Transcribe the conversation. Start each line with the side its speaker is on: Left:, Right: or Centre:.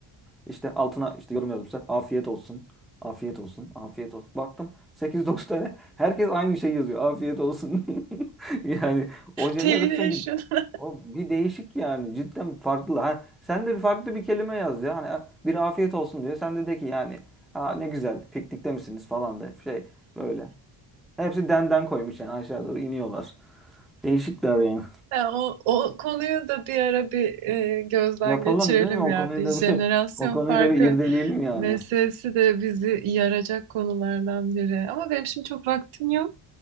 Centre: İşte altına işte yorum yazmışlar. Afiyet olsun. Afiyet olsun. Afiyet olsun. Baktım sekiz dokuz tane herkes aynı şeyi yazıyor. Afiyet olsun. <laughs> Yani o jenerasyon
Right: Teyit yaşadım.
Centre: bir o bir değişik yani cidden farklı. Ha, sen de bir farklı bir kelime yaz ya. Hani bir afiyet olsun diyor. Sen de de ki yani ha ne güzel piknikte misiniz falan da şey böyle. Hepsi denden koymuş yani aşağı doğru iniyorlar. Değişikler yani.
Right: Ya o, o konuyu da bir ara bir e, gözden
Centre: Yapalım
Right: geçirelim
Centre: değil mi? O
Right: ya.
Centre: konuyu
Right: Bir
Centre: da
Right: jenerasyon
Centre: bir <laughs> o konuyu
Right: farkı
Centre: da bir irdeleyelim yani.
Right: meselesi de bizi yaracak konulardan biri. Ama benim şimdi çok vaktim yok.